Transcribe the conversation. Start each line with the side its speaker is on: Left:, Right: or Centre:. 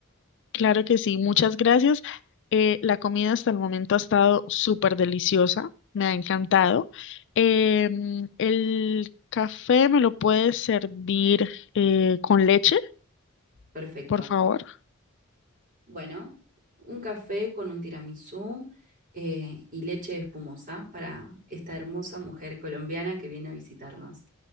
Left: Claro que sí, muchas gracias. Eh, la comida hasta el momento ha estado súper deliciosa, me ha encantado. Eh, mm, el café me lo puedes servir eh, con leche,
Right: Perfecto.
Left: por favor.
Right: Bueno, un café con un tiramisú eh, y leche espumosa para esta hermosa mujer colombiana que viene a visitarnos.